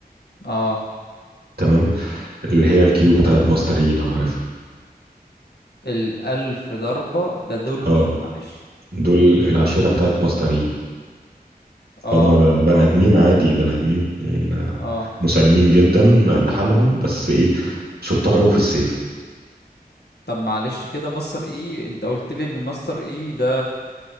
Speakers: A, on the left (about 80°); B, on the right (about 70°).
A: اه
B: تمام اللي هي الكيو بتاعت ماستري لو عارفها
A: الألف ضربة ده دول
B: اه
A: مين معلش
B: دول العشيرة بتاعت مصري
A: اه
B: هم ب- بني
A: اه
B: آدمين عادي بني آدمين آه،
A: اه
B: مسالمين جدا لحالهم بس إيه شطار قوي في السيف
A: طب معلش كده مصر ايه انت قلت لي ان مصر ايه ده